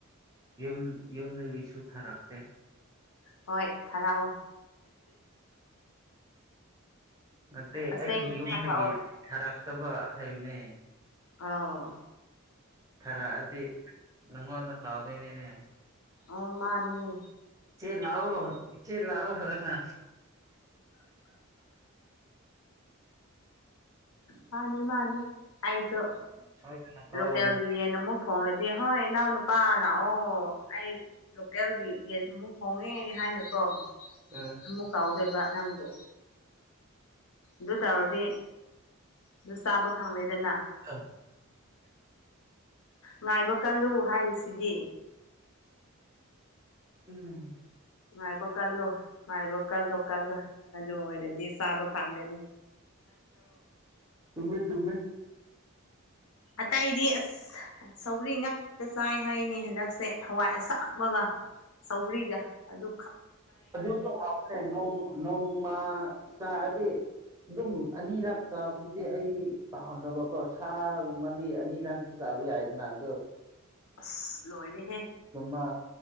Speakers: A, on the right; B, on the left.
A: ꯌꯨꯝ ꯌꯨꯝꯗꯒꯤ ꯁꯨꯊꯔꯛꯇꯦ
B: ꯍꯣꯏ ꯊꯥꯔꯛꯑꯣ
A: ꯅꯠꯇꯦ
B: ꯑꯁꯦꯡ
A: ꯑꯩꯒꯤ ꯌꯨꯝꯗꯒꯤ
B: ꯊꯥꯔꯛꯑꯣ
A: ꯊꯔꯛꯇꯕ ꯍꯥꯏꯕꯅꯦ
B: ꯑꯥꯎ
A: ꯈꯔꯛꯑꯗꯤ ꯅꯪꯉꯣꯟꯗ ꯀꯥꯎꯗꯣꯏꯅꯦꯅꯦ
B: ꯑꯣ ꯃꯥꯅꯤꯅꯦ
A: ꯆ ꯆꯩ ꯂꯑꯣ ꯏꯆ ꯆꯩ ꯂꯑꯣ ꯍꯅ
B: ꯃꯥꯅꯦ ꯃꯥꯅꯦ ꯑꯩꯁꯨꯣ
A: ꯁꯣꯏꯗꯅ ꯀꯧꯒꯅꯤ
B: ꯂꯣꯀꯦꯜꯦꯜꯒꯤ ꯌꯦ ꯅꯨꯛ ꯊꯣꯡꯡꯂꯗꯤ ꯍꯣꯏ ꯏꯅꯥꯎ ꯅꯨꯄꯥ ꯂꯥꯛꯑꯣ ꯑꯩ ꯂꯣꯀꯦꯜꯒꯤ ꯌꯦꯟ ꯑꯃꯨꯛ ꯐꯣꯡꯉꯦ ꯍꯥꯏꯅꯀꯣ
A: ꯑ
B: ꯑꯃꯨꯛ ꯀꯥꯎꯗꯣꯏꯕ ꯅꯪꯕꯨ ꯑꯗꯨ ꯇꯧꯔꯗꯤ ꯑꯗꯨ ꯆꯥꯕ ꯐꯪꯂꯦꯗꯅ
A: ꯍꯪ
B: ꯉꯥꯏꯕ ꯀꯜꯂꯨ ꯍꯥꯏꯔꯤꯁꯤꯗꯤ
A: ꯎꯝ
B: ꯉꯥꯏꯕ ꯀꯜꯂꯣ ꯉꯥꯏꯕ ꯀꯜꯂꯣ ꯀꯜꯂꯣ ꯑꯗꯨ ꯑꯣꯏꯔꯗꯤ ꯆꯥꯕ ꯐꯪꯒꯅꯤ
A: ꯁꯃꯤꯃꯦ ꯆꯨꯝꯃꯤꯃꯦꯃꯤ
B: ꯑꯇꯩ ꯏꯗꯤ ꯑꯁ ꯁꯧꯒ꯭ꯔꯤ ꯉꯥꯛꯛꯇ ꯆꯥꯏ ꯍꯥꯏꯅꯦ ꯍꯟꯗꯛꯁꯦ ꯍꯋꯥꯏ ꯑꯁꯥꯃꯒ ꯁꯧꯒ꯭ꯔꯤꯒ ꯗꯣꯛ
A: ꯑꯗꯨꯖꯤꯁꯨꯦ ꯂꯣꯡ ꯂꯣꯡ ꯃꯥ ꯁꯥꯗꯤ ꯑꯗꯨꯝ ꯑꯅꯤꯔꯥꯛ ꯆꯥꯕꯗꯨꯗꯤ ꯑꯩꯗꯤ ꯄꯥꯝꯗꯕꯀꯣ ꯁꯥꯒꯨꯝꯕꯗꯤ ꯑꯅꯤꯔꯛꯁꯨ ꯕꯤ ꯍꯥꯏꯥꯏꯗꯅ ꯑ ꯑꯗꯨ
B: ꯑꯁ ꯂꯣꯏꯔꯦꯍꯦ
A: ꯒꯨꯝꯕ